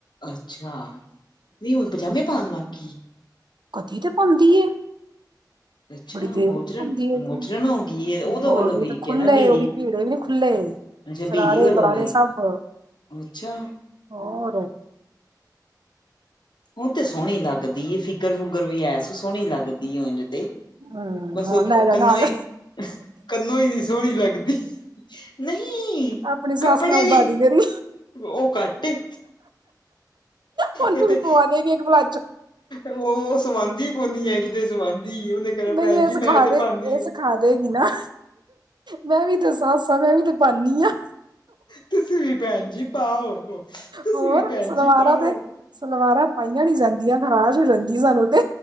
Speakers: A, on the left; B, on the right.
A: ਅੱਛਾ। ਨਹੀਂ ਹੁਣ, ਪਜਾਮੇ ਪਾਣ ਲੱਗ ਗਈ ਏ।
B: ਕਦੀ ਦੇ, ਪਾਂਦੀ ਏ।
A: ਅੱਛਾ
B: ਬੜੀ ਦੇਰ
A: ਮੋਜਰਨ
B: ਤੇ ਪਹੁੰਦੀ, ਓਹ
A: ਮੋਜਰਨ
B: ਤੇ।
A: ਹੋ ਗਈ ਹੈ ਉਹਦੋਂ
B: ਬੜੀ
A: ਵੱਲੋਂ ਵੇਖ
B: ਤੇ
A: ਕੇ
B: ਖੁੱਲੇ,
A: ਨਾ ਬੀਰੀ
B: ਉਹੀ ਭੀੜੇ ਵੀ ਨੀ ਖੁੱਲੇ।
A: ਅੱਛਾ
B: ਸ਼ਰਾਰੇ,
A: ਬੀਰੀ ਵੱਲੋਂ
B: ਪਰਾਰੇ
A: ਵੇਖ
B: ਸਭ,
A: ਅੱਛਾ,
B: ਹੋਰ।
A: ਉਹ ਤੇ, ਸੋਹਣੀ ਲੱਗਦੀ ਏ। ਫਿਗਰ- ਫੁਗਰ ਵੀ ਹੈ ਸੁ, ਸੋਹਣੀ ਲੱਗਦੀ ਉਂਝ ਤੇ।
B: ਹਮ
A: ਬਸ ਉਹ,
B: ਲੈ ਜਾ
A: ਕੰਨੋਂ
B: ਨਾਲ
A: ਹੀ, ਕੰਨੋਂ ਹੀ ਨੀ ਸੋਹਣੀ ਲੱਗਦੀ। ਨਹੀਂ
B: ਆਪਣੀ ਸੱਸ
A: ਕੱਪੜੇ
B: ਨਾਲ ਬਾਦੀ
A: ਦੀ।
B: ਕਰੀ
A: ਉਹ ਘੱਟ ਏ।
B: ਉਹਨੂੰ
A: ਇਹ ਤੇ,
B: ਵੀ ਪਵਾ ਦੇਗੀ ਇੱਕ ਬਲਾਚੋ
A: ਉਹ ਸਵਾਦੀ ਕੋਈ ਨੀ। ਹੈ ਕਿਤੇ <unintelligible> ਉਹਨੇ ਕਹਿਣਾ
B: ਨਹੀਂ
A: ਭੈਣ
B: ਇਹ
A: ਜੀ,
B: ਸਿਖਾ
A: ਮੈਂ ਤੇ
B: ਦੇ
A: ਪਾਂਦੀ
B: ਇਹ <unintelligible> ਨਾ ਮੈਂ ਵੀ, ਤੇ ਸੱਸ ਹਾਂ, ਮੈਂ ਵੀ ਤੇ ਪਾਣੀ ਹਾਂ।
A: ਤੁਸੀਂ ਵੀ ਭੈਣ ਜੀ ਪਾਓ ਤੁਸੀਂ
B: ਹੋਰ
A: ਵੀ ਭੈਣ
B: ਸਲਵਾਰਾਂ
A: ਜੀ ਪਾਓ।
B: ਤੇ ਸਲਵਾਰਾਂ ਪਾਈਆਂ ਨੀ ਜਾਂਦੀਆਂ ਨਾਰਾਜ਼ ਹੋ ਜਾਂਦੀ ਏ ਸਾਨੂੰ ਤੇ